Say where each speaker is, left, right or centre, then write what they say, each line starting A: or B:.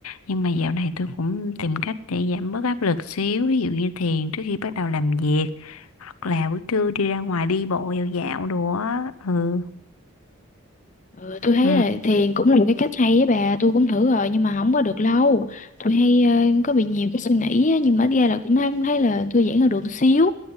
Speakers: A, on the left (about 80°); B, on the left (about 35°).
A: nhưng mà dạo này tôi cũng tìm cách để giảm bớt áp lực xíu ví dụ như thiền trước khi bắt đầu làm việc hoặc là buổi trưa đi ra ngoài đi bộ dạo dạo đồ á ừ
B: Ừ, tôi thấy
A: ừ
B: là thiền cũng là một cái cách hay với bà tôi cũng thử rồi nhưng mà không có được lâu tôi hay ờ, có bị nhiều cái suy nghĩ á, nhưng mà ít ra là cũng thấy, cũng thấy là thư giãn hơn được xíu